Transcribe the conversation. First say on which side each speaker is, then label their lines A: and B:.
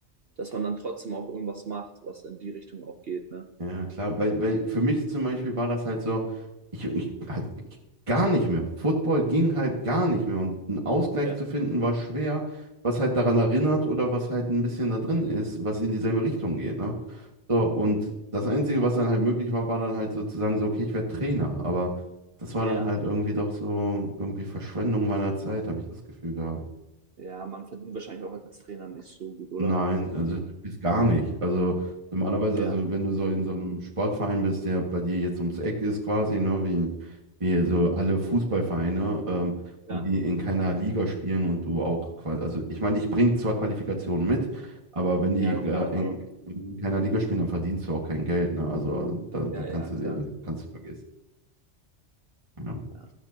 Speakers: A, on the right; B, on the right.
A: dass man dann trotzdem auch irgendwas macht, was in die Richtung auch geht, ne?
B: Ja, klar, weil, weil für mich zum Beispiel war das halt so, ich, ich halt ich, gar nicht mehr. Football ging halt gar nicht mehr und einen Ausgleich
A: Ja,
B: zu finden war schwer, was halt daran erinnert oder was halt ein bisschen da drin ist, was in dieselbe Richtung geht, ne? So, und das Einzige, was dann halt möglich war, war dann halt sozusagen so, okay, ich werde Trainer, aber das war
A: ja,
B: dann halt irgendwie doch so irgendwie Verschwendung
A: ja,
B: meiner Zeit, habe ich das Gefühl gehabt.
A: ja, man verdient wahrscheinlich auch als Trainer nicht so gut, oder?
B: Nein, also bis gar nicht. Also normalerweise,
A: Ja,
B: also wenn du so in so einem Sportverein bist, der bei dir jetzt ums Eck ist quasi, ne, wie, wie so alle Fußballvereine, ähm, und
A: ja,
B: die in keiner Liga spielen und du auch quasi, also ich meine, ich bringe zwar Qualifikationen mit, aber wenn die
A: ja,
B: äh,
A: klar,
B: in,
A: aber,
B: in keiner Liga spielen, dann verdienst du auch kein Geld, ne? Also da, da
A: ja,
B: kannst
A: ja,
B: du
A: klar,
B: dir, kannst du vergessen. Ja.
A: ja.